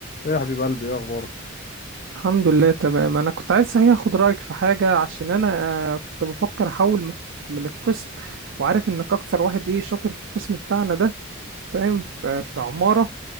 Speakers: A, on the left; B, on the right.
A: ايه يا حبيب قلبي ايه اخبارك
B: الحمد لله تمام انا كنت عايز صحيح اخد رايك في حاجه عشان انا آه، كنت بفكر احول من من القسم وعارف انك اكتر واحد ايه شاطر في القسم بتاعنا ده فاهم ف- في عماره